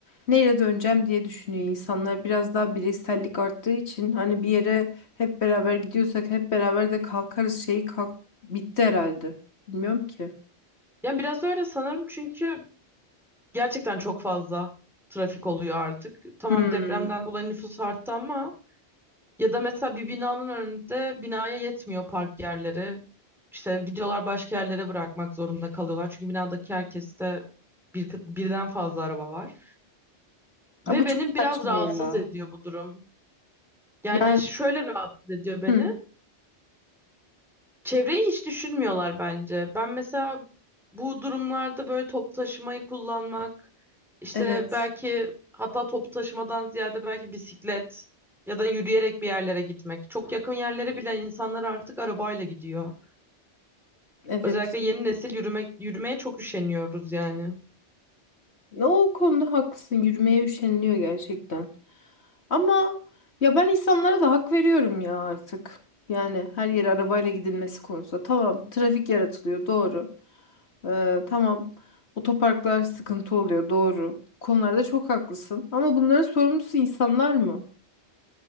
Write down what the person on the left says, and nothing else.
neyle döneceğim diye düşünüyor insanlar. Biraz daha bireysellik arttığı için hani bir yere hep beraber gidiyorsak hep beraber de kalkarız şeyi kalk bitti herhalde. Bilmiyorum ki.
Hmm.
Aa,
bu
çok
saçma
ya.
Yani
hı.
Evet.
Evet.
Ne O konuda haklısın. Yürümeye üşeniliyor gerçekten. Ama ya ben insanlara da hak veriyorum ya artık. Yani her yere arabayla gidilmesi konusunda. Tamam, trafik yaratılıyor, doğru. Ee, tamam, otoparklar sıkıntı oluyor, doğru. Bu konularda çok haklısın. Ama bunların sorumlusu insanlar mı?